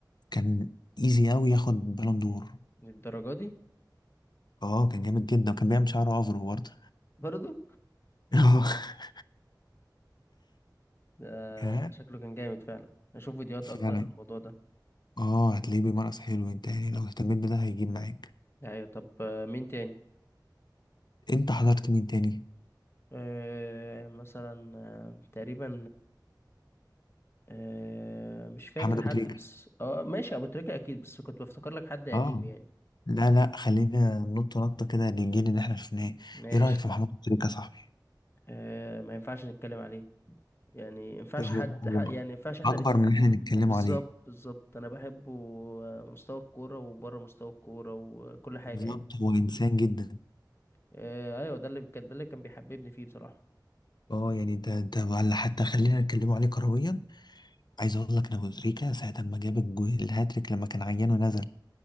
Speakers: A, on the left; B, on the left.
A: كان ايزي قوي ياخد بالون دور
B: للدرجه دي
A: اه كان جامد جدا وكان بيعمل شعره افرو برضه
B: برضو
A: <laughs>
B: ده
A: يا
B: شكله كان جامد فعلا اشوف فيديوهات
A: فعلا
B: اكتر عن الموضوع ده
A: اه هتلاقيه بيمارس حلو انت يعني لو اهتميت بده هيجيب معاك
B: ايوه طب آه، مين تاني
A: انت حضرت مين تاني
B: آه مثلا آه تقريبا آه مش فاكر
A: محمد ابو
B: حد
A: تريكة
B: بس اه ماشي ابو تريكة اكيد بس كنت بفتكر لك حد قديم
A: اه
B: يعني
A: لا لا خلينا ننط نطه كده للجيل اللي احنا شفناه
B: ماشي
A: ايه رايك في محمد ابو تريكة يا صاحبي
B: آه ما ينفعش نتكلم عليه يعني ما ينفعش
A: هو
B: حد
A: هو
B: ح- يعني ما ينفعش احنا
A: اكبر
B: الاثنين
A: من اللي احنا نتكلمه
B: بالظبط
A: عليه
B: بالظبط انا بحبه آه، مستوى الكورة وبره مستوى الكورة وكل حاجة
A: بالظبط
B: يعني
A: هو انسان جدا
B: آه ايوه ده اللي كان ده اللي كان بيحببني فيه بصراحة
A: اه يعني ده ده ولا حتى خلينا نتكلمه عليه كرويا عايز اقول لك ان ابو تريكة ساعه ما جاب الجو- الهاتريك لما كان عيان ونزل